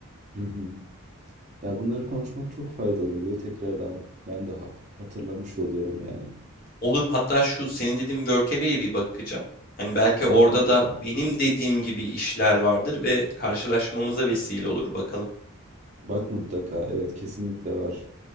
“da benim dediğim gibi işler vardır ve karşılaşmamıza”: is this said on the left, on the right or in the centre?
Left